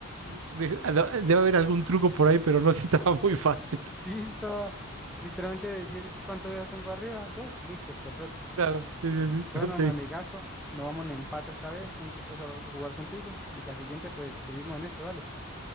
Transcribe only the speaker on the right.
pues, dije, "Ah, no, debe haber algún truco por ahí, pero no, sí <laughs> estaba muy fácil.
Claro, sí, sí, sí.
Ok,